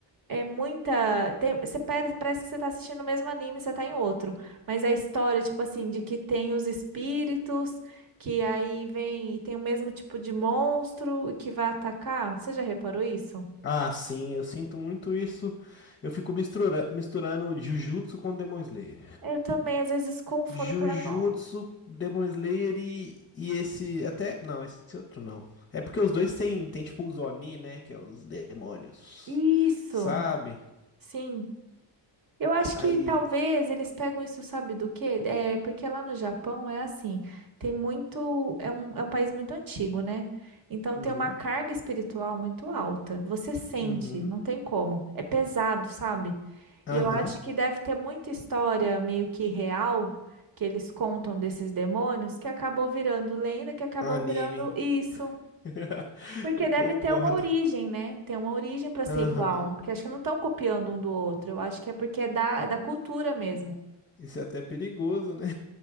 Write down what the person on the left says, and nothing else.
Ah, sim, eu sinto muito isso. Eu fico misturando, misturando Jujutsu com Demon Slayer.
Jujutsu,
Demon Slayer e, e esse. Até. Não, esse outro não. É porque os dois têm, tem tipo os Oni, né? Que é os demônios.
Sabe?
Aí.
Uhum.
Uhum.
Aham.
Anime.
<laughs>
Eu
concordo.
Aham.
Isso é até perigoso, né?